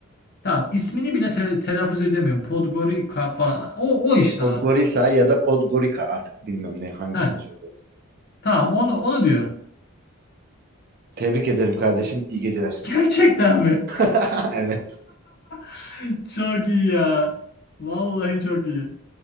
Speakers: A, on the left (about 45°); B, on the right (about 45°).
A: Tamam. ismini bile te- telaffuz edemiyorum. Podgorica falan. O, o işte
B: Podgorica
A: abi.
B: ya da Podgorica. Artık bilmiyorum ne hangisini
A: Heh.
B: söylüyorum.
A: Tamam onu, onu diyorum.
B: Tebrik ederim kardeşim. İyi geceler.
A: <laughs> Gerçekten mi?
B: <laughs> Evet.
A: <laughs> Çok iyi ya. Vallahi çok iyi.